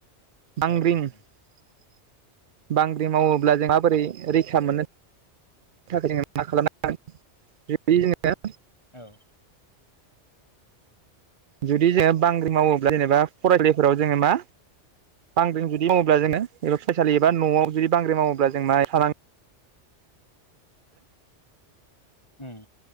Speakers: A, on the right (about 55°); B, on the left (about 25°).
A: बांग्रि-बांग्रिं
B: औ उम
A: मावोब्ला जों माबोरै रैखा मोननो थाखाय जोङो मा खाला <inaudible> गोन <inaudible> जोङो
B: औ।
A: जुदि जोङो बांग्रिं मावोब्ला जेनेबा फरायलायफोराव जोङो मा बांग्रिं जुदि मावोब्ला जोङो एबा फायसालि एबा न'आव जुदि बांग्रि मावोब्ला जों माहाइ थानांग
B: ओम।